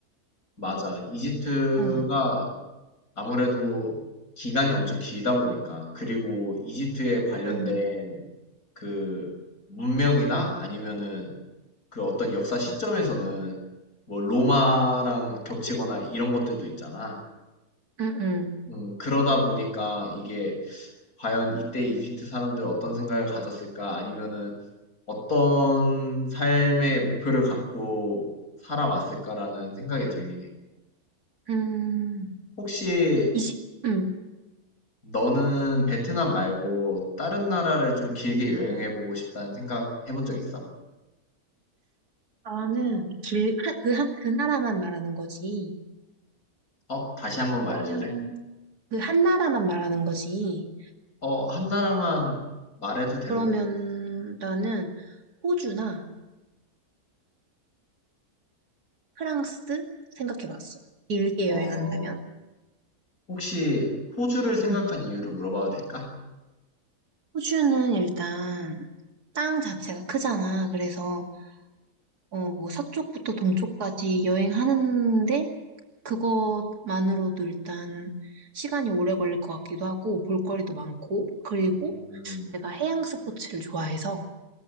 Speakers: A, on the left; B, on the right.
A: 맞아. 이집트가
B: 응,
A: 아무래도 기간이 엄청 길다 보니까 그리고 이집트에 관련된
B: 응,
A: 그 문명이나 아니면은 그 어떤 역사 시점에서는 뭐 로마랑 겹치거나 이런 것들도 있잖아.
B: 응, 응.
A: 음, 그러다 보니까 이게 과연 이때 이집트 사람들 어떤 생각을 가졌을까? 아니면은 어떤 삶의 목표를 갖고 살아왔을까라는 생각이 들긴 해.
B: 음,
A: 혹시
B: 이집, 응.
A: 너는 베트남 말고 다른 나라를 좀 길게 여행해보고 싶다는 생각 해본 적 있어?
B: 나는 길, 한, 그 한, 그 나라만 말하는 거지.
A: 어? 다시 한번 말해줄래?
B: 그러면 그 한 나라만 말하는 거지.
A: 어, 한 나라만 말해도 되고,
B: 그러면 나는 호주나 프랑스 생각해봤어. 길게
A: 어,
B: 여행한다면?
A: 혹시 호주를 생각한
B: 응.
A: 이유를 물어봐도 될까?
B: 호주는 일단 땅 자체가 크잖아. 그래서 어, 뭐 서쪽부터 동쪽까지 여행하는데 그것만으로도 일단 시간이 오래 걸릴 것 같기도 하고 볼거리도 많고 그리고
A: 음,
B: 내가 해양 스포츠를 좋아해서